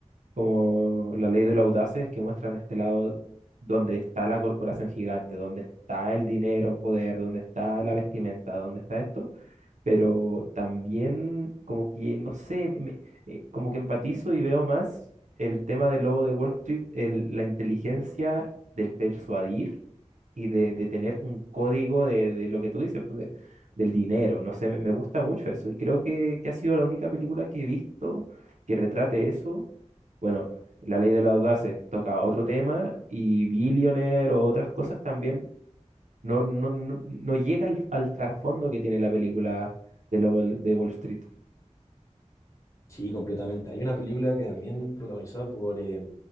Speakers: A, on the right; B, on the left.
A: como la ley de los audaces que muestran este lado donde está la corporación gigante, donde está el dinero en poder, donde está la vestimenta, donde está esto, pero también como que, no sé, me- eh, como que empatizo y veo más el tema del lobo de Wall Street, el- la inteligencia del persuadir y de, de tener un código de, de lo que tú dices, pues, de- del dinero. No sé, me, me gusta mucho eso. Y creo que, que ha sido la única película que he visto que retrate eso. Bueno, La Ley de los Audaces toca otro tema y Billionaire o otras cosas también no, no, no, no llega al, al trasfondo que tiene la película de, lo- de Wall Street.
B: Sí, completamente. Hay una película que también protagonizada por, eh,